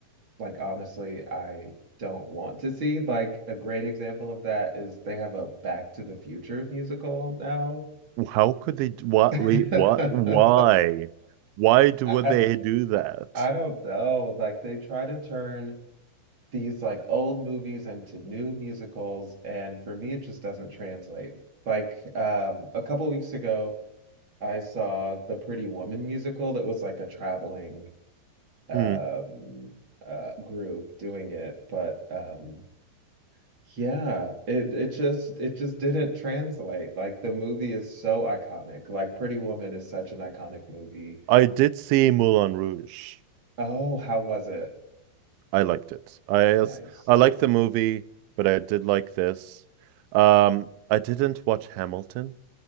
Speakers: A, on the right (about 30°); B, on the right (about 85°).
A: like honestly, I don't want to see. Like a great example of that is they have a Back to the Future musical now.
B: How could they? d- What? Wait,
A: <laughs>
B: what? Why? Why do,
A: I,
B: would they do that?
A: I don't know. Like they try to turn these like old movies into new musicals, and for me, it just doesn't translate. Like um, a couple weeks ago, I saw the Pretty Woman musical that was like a traveling um,
B: Hmm.
A: uh, group doing it, but um, Yeah, it it just it just didn't translate. Like the movie is so iconic. Like Pretty Woman is such an iconic movie.
B: I did see Moulin Rouge.
A: Oh, how was it?
B: I liked it. I as-
A: Nice,
B: I
A: yeah.
B: liked the movie, but I did like this. Um, I didn't watch Hamilton.